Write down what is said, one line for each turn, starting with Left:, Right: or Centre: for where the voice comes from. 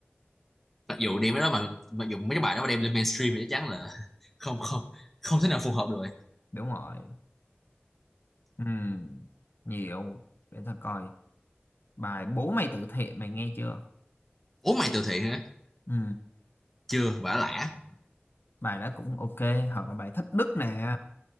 Centre: Mặc dù đem cái đó mà mặc dù mấy cái bài đó mà đem lên mainstream thì chắc chắn là <laughs> không không không thể nào phù hợp được. rồi.
Left: đúng rồi ừ nhiều để tao coi bài bố mày tự thiện mày nghe chưa
Centre: Ủa mày từ thiện hả?
Left: ừ
Centre: Chưa, bả lả.
Left: bài đó cũng ok hoặc là bài thách đức nè